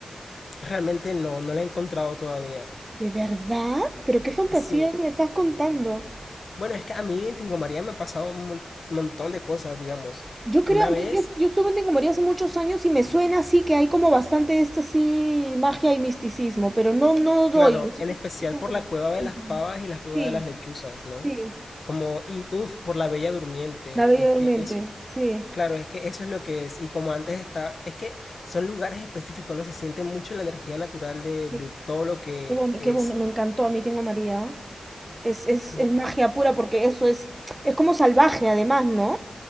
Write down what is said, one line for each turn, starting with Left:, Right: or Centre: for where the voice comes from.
Left: Realmente no, no lo he encontrado todavía.
Right: ¿De verdad? ¿Pero qué fantasía
Left: Sí.
Right: me estás contando?
Left: Bueno, es que a mí en Tingo María me ha pasado un mon- montón de cosas, digamos.
Right: Yo creo,
Left: Una
Right: a
Left: vez,
Right: mí, yo, yo estuve en Tingomaría hace muchos años y me suena así que hay como bastante esta así magia y misticismo, pero no, no doy.
Left: claro,
Right: Solo
Left: en especial
Right: estoy segura,
Left: por la
Right: así
Left: cueva
Right: que cuéntame.
Left: de las pavas y la cueva
Right: Sí,
Left: de las lechuzas, ¿no?
Right: Sí,
Left: Como, y uff, por la Bella Durmiente.
Right: la Bella
Left: Es
Right: Durmiente,
Left: que eso,
Right: sí.
Left: claro, es que eso es lo que es. Y como antes está, es que son lugares específicos, ¿no? Se siente mucho la energía natural de,
Right: Sí,
Left: de todo lo que
Right: Qué bueno,
Left: es.
Right: qué bueno, me encantó a mí Tengo a María. Es, es,
Left: Bu-
Right: es magia pura porque eso es, es como salvaje además, ¿no?